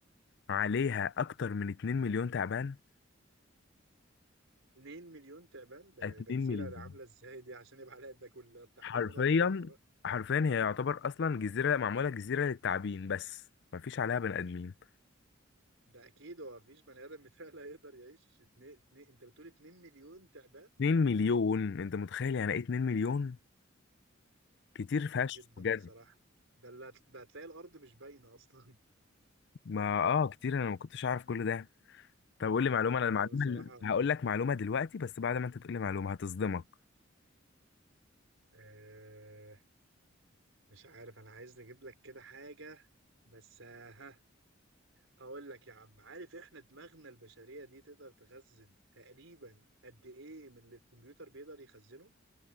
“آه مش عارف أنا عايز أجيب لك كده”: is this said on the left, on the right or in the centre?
Right